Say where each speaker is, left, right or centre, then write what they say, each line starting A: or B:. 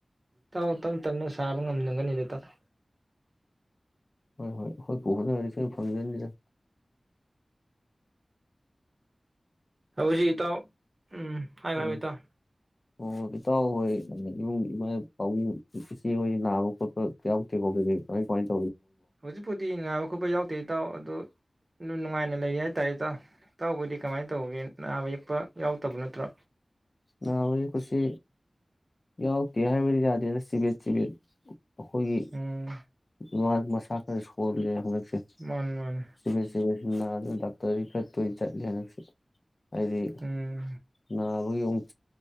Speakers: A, on the right; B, on the left.
A: ꯇꯥꯎ ꯇꯞ ꯇꯞꯅ ꯁꯥꯕ ꯉꯝꯅꯒꯅꯤꯗꯇꯥꯎ
B: ꯍꯣꯏ ꯍꯣꯏ ꯍꯣꯏ ꯄꯣꯍꯅꯔꯤ ꯁ ꯐꯪꯖꯅꯤꯗ
A: ꯍꯧꯖꯤꯛ ꯏꯇꯥꯎ ꯎꯝ ꯎꯝ ꯍꯥꯏꯌꯨ
B: ꯎꯝ
A: ꯍꯥꯏꯌꯨ ꯏꯇꯥꯎ
B: ꯑꯣ ꯏꯇꯥꯎ ꯍꯣꯏ ꯏꯃꯨꯡ ꯏꯃꯥ ꯏꯄꯥꯕꯨꯡ ꯏꯆꯦ ꯍꯣꯏꯗꯤ ꯅꯥꯕ ꯈꯣꯠꯄ ꯌꯥꯎꯗꯦꯀꯣ ꯀꯩ ꯀꯩ ꯀꯃꯥꯏ ꯀꯃꯥꯏ
A: ꯍꯧꯖꯤꯛꯄꯨꯗꯤ ꯅꯥꯥꯕ ꯈꯣꯠꯄ ꯌꯥꯎꯗꯦ ꯏꯇꯥꯎ ꯑꯗꯣ ꯑꯗꯨ ꯅꯨꯡꯉꯥꯏꯅ ꯂꯩꯔꯤ ꯍꯥꯏ ꯇꯥꯔꯦ ꯏꯇꯥꯎ ꯏꯇꯥꯎꯕꯨꯗꯤ ꯀꯃꯥꯏꯅ ꯇꯧꯒꯦ ꯅꯥꯕ ꯌꯦꯛꯄ ꯌꯥꯎꯗꯕ ꯅꯠꯇ꯭ꯔꯣ
B: ꯅꯥꯕꯒꯤ ꯈꯣꯏꯁꯤ ꯌꯥꯎꯗꯦ ꯍꯥꯏꯕꯗꯤ ꯌꯥꯗꯦ ꯆꯤꯕꯦꯠ ꯆꯤꯕꯦꯠ ꯑꯩꯈꯣꯏꯒꯤ
A: ꯎꯝ
B: ꯏꯃꯥ ꯃꯁꯥ ꯈꯔ ꯁꯣꯟꯂꯦꯕ ꯁꯦ
A: ꯃꯥꯅꯤ ꯃꯥꯅꯤ
B: ꯆꯤꯕꯦꯠ ꯆꯤꯕꯦꯠ ꯁꯨꯝ ꯅꯥ ꯑꯗꯨ ꯗꯥꯛꯇꯔꯗꯤ ꯈꯔ ꯇꯣꯏꯅ ꯆꯠꯂꯦ ꯍꯟꯗꯛꯁꯨ ꯍꯥꯏꯗꯤ
A: ꯎꯝ
B: ꯅꯥꯕꯒꯤ ꯑꯃꯨꯛ